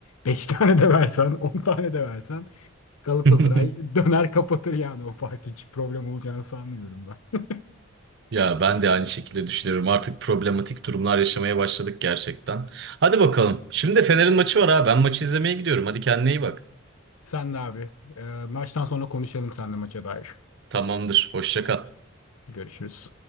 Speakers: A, on the left; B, on the right.
A: 5 tane de versen, 10 tane de versen Galatasaray
B: <laughs>
A: döner kapatır yani o fark hiç problem olacağını sanmıyorum ben.
B: Ya ben de aynı şekilde düşünüyorum. Artık problematik durumlar yaşamaya başladık gerçekten. Hadi bakalım. Şimdi de Fener'in maçı var ha. Ben maçı izlemeye gidiyorum. Hadi kendine iyi bak.
A: Sen de abi. e, maçtan sonra konuşalım seninle maça dair.
B: Tamamdır. Hoşça kal.
A: Görüşürüz.